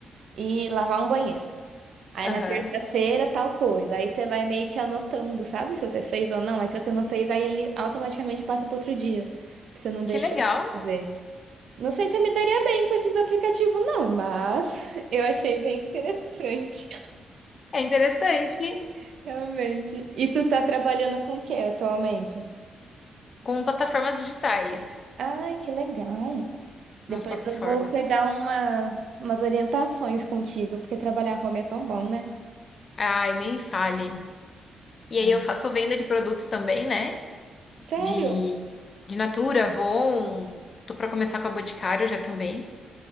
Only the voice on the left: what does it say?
Aham.
Que legal.
É interessante.
com plataformas digitais,
umas plataformas.
Ai, nem fale. E aí
eu faço venda de produtos também, né?
De, de Natura, Avon. Tô pra começar com a Boticário já também.